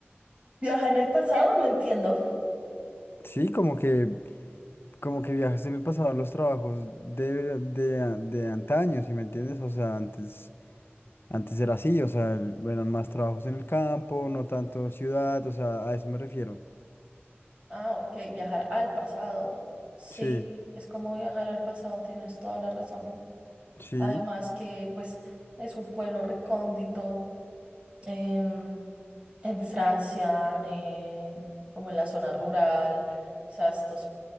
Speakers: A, on the right; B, on the left.
A: Viajar en el pasado? No entiendo.
B: Sí, como que, como que viajas en el pasado en los trabajos de, de, a- de antaño, si me entiendes? O sea, antes... Antes era así, o sea, el- eran más trabajos en el campo, no tanto ciudad, o sea, a eso me refiero.
A: Ah, ok, viajar al pasado. Sí,
B: Sí,
A: es como viajar al pasado, tienes toda la razón.
B: sí,
A: Además que pues es un pueblo recóndito em, en Francia, eh, como en la zona rural. O sea, estos